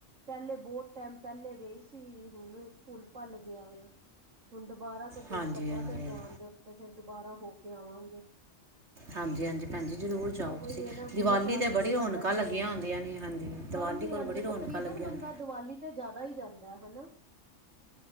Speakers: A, on the right; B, on the right.
A: ਪਹਿਲੇ ਬਹੁਤ ਟਾਈਮ ਪਹਿਲੇ ਗਏ ਸੀ ਹੁਨ ਭੁੱਲ ਭੱਲ ਗਿਆ ਏ ਹੁਣ ਦੁਬਾਰਾ ਤੇ
B: ਹਾਂਜੀ
A: ਦਿਲ ਕਰਦਾ
B: ਹਾਂਜੀ
A: ਪਿਆ
B: ਹਾਂਜੀ
A: ਜਾਣ ਦੇ ਉਤੇ ਫਿਰ ਦੁਬਾਰਾ ਹੋ ਕੇ ਆਵਾਗੇ।
B: ਹਾਂਜੀ- ਹਾਂਜੀ ਭੈਨ ਜੀ ਜਰੂਰ ਜਾਓ
A: ਉਹੀ
B: ਤੁਸੀ
A: ਹੈ ਨਾ
B: ਦੀਵਾਲੀ
A: ਗੁਰੂ ਸਾਹਿਬ
B: ਤੇ
A: ਜਦੋਂ
B: ਬੜੀ ਰੌਣਕਾ
A: ਸੱਦਣਗੇ
B: ਲੱਗੀਆ
A: ਉਦੋਂ ਚ
B: ਹੁੰਦੀਆ ਨੇ ਹਾਂਜੀ ਦੀਵਾਲੀ
A: ਹਾਂਜੀ
B: ਕੋਲ
A: ਹਾਂਜੀ
B: ਬੜੀ ਰੌਣਕਾਂ
A: ਤਕਰੀਬਨ
B: ਲੱਗੀਆਂ
A: ਬੰਦਾ
B: ਨੇ
A: ਦੀਵਾਲੀ ਤੇ ਜ਼ਿਆਦਾ ਹੀ ਜਾਂਦਾ ਹੈਨਾ